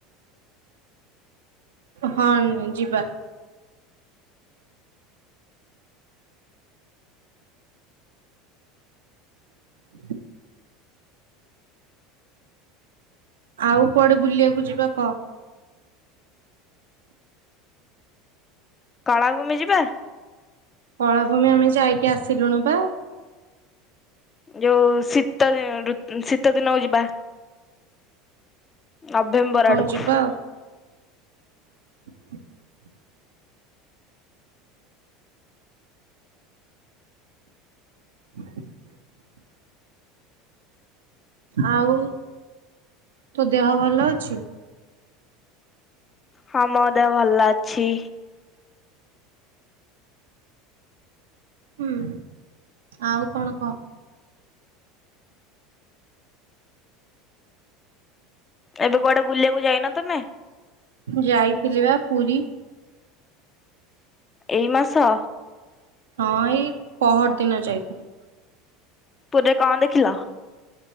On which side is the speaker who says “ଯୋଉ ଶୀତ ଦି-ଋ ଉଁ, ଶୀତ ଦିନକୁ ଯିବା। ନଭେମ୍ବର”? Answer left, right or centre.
Left